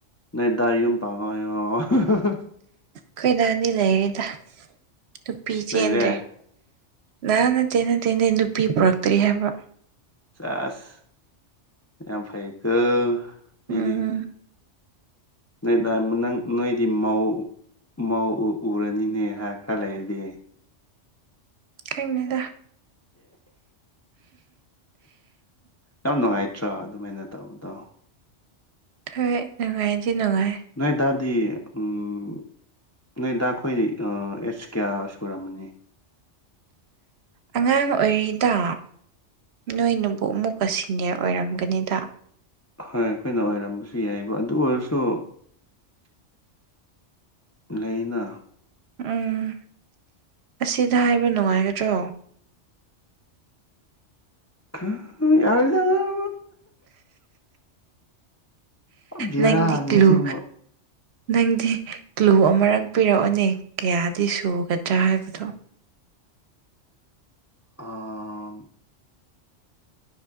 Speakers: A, on the left; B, on the right.
A: ꯅꯣꯏ ꯗꯥ ꯌꯨꯝ ꯄꯥꯟꯕ ꯌꯥꯎꯔ ꯍꯥ ꯍꯥ
B: ꯑꯩꯈꯣꯏ ꯗꯥꯗꯤ ꯂꯩꯔꯦꯗ ꯅꯨꯄꯤ ꯆꯦꯟꯗꯦ
A: ꯂꯩꯔꯦ
B: ꯅꯍꯥ ꯅꯠꯇꯦ ꯅꯠꯇꯦꯅꯦ ꯅꯨꯄꯤ ꯄꯨꯔꯛꯇ꯭ꯔꯤ ꯍꯥꯏꯕ
A: ꯆꯦꯁ ꯌꯥꯝ ꯐꯩꯀꯣ ꯃꯤꯗꯤ
B: ꯎꯝ
A: ꯅꯣꯏ ꯗꯥ ꯃꯅꯪ ꯅꯣꯏꯗꯤ ꯃꯧ ꯎ ꯃꯧ ꯎ ꯎꯔꯅꯤꯅꯦ ꯍꯥ ꯈꯔ ꯂꯩꯔꯗꯤ
B: ꯈꯪꯗꯦꯗ
A: ꯌꯥꯝ ꯅꯨꯉꯥꯏꯇ꯭ꯔꯣ ꯑꯗꯨꯃꯥꯏꯅ ꯇꯧꯕꯗꯣ
B: ꯍꯣꯏ ꯅꯨꯡꯉꯥꯏꯗꯤ ꯅꯨꯡꯉꯥꯏ
A: ꯅꯣꯏ ꯗꯥꯗꯤ ꯎꯝ ꯅꯣꯏ ꯗꯥ ꯈꯣꯏ ꯑ ꯑꯦꯁ ꯀꯌꯥ ꯁꯨꯔꯝꯃꯅꯤ
B: ꯑꯉꯥꯡ ꯑꯣꯏꯔꯤꯗ ꯅꯣꯏꯅꯕꯨ ꯑꯃꯨꯛꯀ ꯁꯤꯅꯤꯌꯔ ꯑꯣꯏꯔꯝꯒꯅꯤꯗ
A: ꯍꯣꯏ ꯑꯩꯈꯣꯏꯅ ꯑꯣꯏꯔꯝꯕꯁꯨ ꯌꯥꯏꯕ ꯑꯗꯨ ꯑꯣꯏꯔꯁꯨ ꯂꯩꯅ
B: ꯎꯝ ꯑꯁꯤꯗ ꯍꯥꯏꯕ ꯅꯨꯡꯉꯥꯏꯒꯗ꯭ꯔꯣ
A: <unintelligible> ꯕꯦꯔꯥꯅꯤ
B: ꯅꯪꯗꯤꯀꯨꯂꯨ
A: ꯑꯁꯦꯡꯕ
B: ꯅꯪꯗꯤ ꯀ꯭ꯂꯨ ꯑꯃꯔꯛ ꯄꯤꯔꯛꯑꯣꯅꯦ ꯀꯌꯥꯗꯤ ꯁꯨꯒꯗ꯭ꯔꯥ ꯍꯥꯏꯕꯗꯣ
A: ꯑꯥ